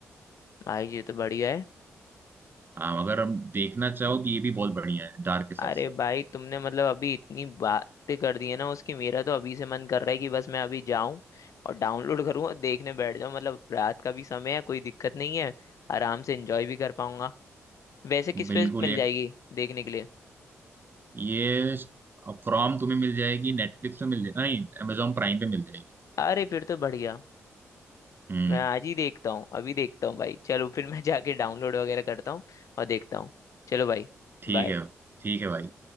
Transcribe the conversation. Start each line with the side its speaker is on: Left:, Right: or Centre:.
Left: भाई ये तो बढ़िया है
Right: हाँ अगर हम देखना चाहो तो ये भी बहुत बढ़िया है डार्क के साथ
Left: अरे
Right: साथ
Left: भाई तुमने मतलब अभी इतनी बातें कर दी है ना उसकी मेरा तो अभी से मन कर रहा है कि बस मैं अभी जाऊं और डाउनलोड करूं और देखने बैठ जाऊं मतलब रात का भी समय है कोई दिक्कत नहीं है आराम से एंजॉय भी कर पाऊंगा वैसे किस
Right: बिल्कुल
Left: पे मिल
Right: एक
Left: जाएगी देखने के लिए
Right: ये फ्रॉम तुम्हें मिल जाएगी नेटफ्लिक्स पे मिल जाएगी नहीं अमेजोन प्राइम पे मिल जाएगी
Left: अरे फिर तो बढ़िया
Right: हम्म
Left: मैं आज ही देखता हूँ अभी देखता हूँ भाई चलो फिर मैं जाके डाउनलोड वगैरह करता हूँ और देखता हूँ चलो भाई
Right: ठीक
Left: बाय
Right: है ठीक है भाई